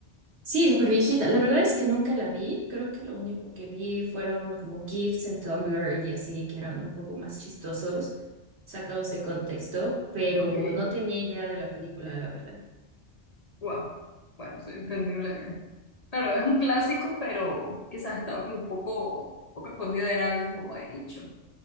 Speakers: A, on the right; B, on the left.
A: Sí, súper viejita. La verdad es que nunca la vi. Creo que lo único que vi fueron como GIFs en Tumblr y así, que eran un poco más chistosos, sacados de contexto, pero
B: Ok,
A: no tenía idea de la película, la verdad.
B: wow. Bueno, es entendible. Claro, es un clásico, pero quizás estaba como un poco, un poco escondida, era algo un poco de nicho.